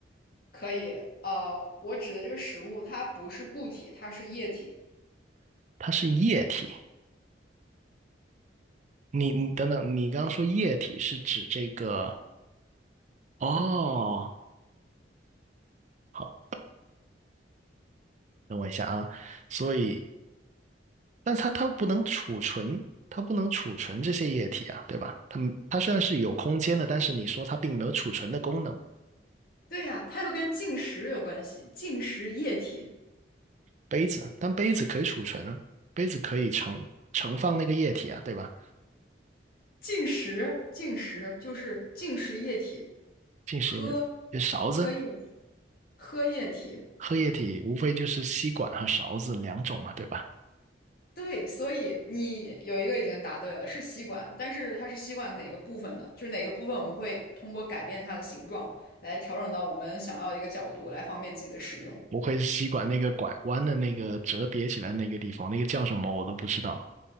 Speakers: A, on the left (about 55°); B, on the right (about 40°).
A: 可以，呃，我指的这个食物，它不是固体，它是液体。
B: 它是液体，你你等等，你刚刚说液体是指这个哦，好，等我一下啊。所以，但它它不能储存，它不能储存这些液体啊，对吧？它们它虽然是有空间的，但是你说它并没有储存的功能。
A: 对呀，它又跟进食有关系，进食液体。
B: 杯子，但杯子可以储存啊，杯子可以盛盛放那个液体啊，对吧？
A: 进食，进食就是进食液体，
B: 进时勺子
A: 喝喝液喝液体。
B: 喝液体，无非就是吸管和勺子两种嘛，对吧？
A: 对，所以你有一个已经答对了，是吸管，但是它是吸管哪个部分呢？就是哪个部分我们会通过改变它的形状来调整到我们想要的一个角度，来方便自己的使用。
B: 无非是吸管那个拐弯的那个折叠起来那个地方，那个叫什么我都不知道。